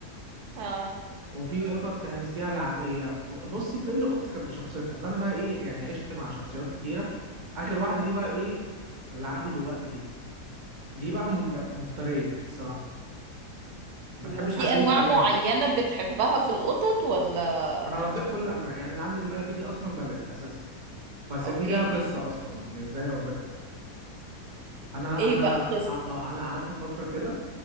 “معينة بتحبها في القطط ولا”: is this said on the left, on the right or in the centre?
Right